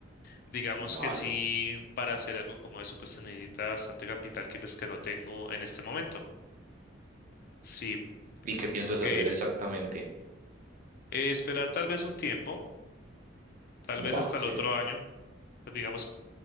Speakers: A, on the left; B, on the right.
A: Digamos
B: vale.
A: que sí, para hacer algo como eso, pues se necesita bastante capital que pues que no tengo en este momento. Sí,
B: ¿Y qué piensas
A: porque
B: hacer exactamente?
A: eh, esperar tal vez un tiempo, tal
B: Vale.
A: vez hasta el otro año, pues digamos